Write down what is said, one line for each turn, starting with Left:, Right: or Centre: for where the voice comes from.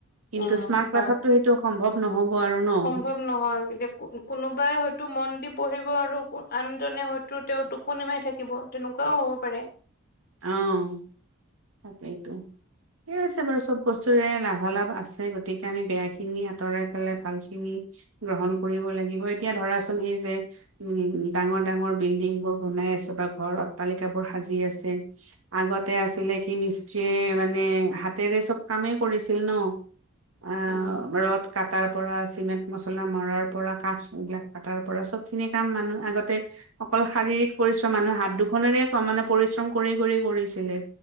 Right: কিন্তু
Left: উম
Right: স্মাৰ্ট ক্লাছতো
Left: হয়
Right: সেইটো সম্ভৱ নহ'ব আৰু ন'।
Left: সম্ভৱ নহয় গতিয়া কোনোবাই হয়তো মন দি পঢ়িব আৰু আনজনে হয়তো তো তেওঁ টোপনি মাৰি থাকিব তেনেকুৱাও হ'ব পাৰে।
Right: অ' তাকেইতো। ঠিকে আছে বাৰু চব বস্তুৰে লাভালাভ আছে গতিকে আমি বেয়াখিনি আঁতৰাই পেলাই ভালখিনি গ্ৰহণ কৰিব লাগিব। এতিয়া ধৰাচোন এই যে উম, ডাঙৰ ডাঙৰ বিল্ডিংবোৰ বনাই আছে বা ঘৰ অট্টালিকাবোৰ সাজি আছে। আগতে আছিলে কি মিস্ত্ৰীয়ে মানে হাতেৰে চব কামেই কৰিছিল ন'। আ,
Left: উম
Right: ৰ'দ কাটাৰপৰা, চিমেণ্ট মছলা মৰাৰ পৰা, কাঠ এইবিলাক কাটাৰপৰা চবখিনি কাম মানুহ আগতে অকল শাৰীৰিক পৰিশ্ৰম মানুহ হাত দুখনেৰে মানে পৰিশ্ৰম কৰি কৰি কৰিছিলে।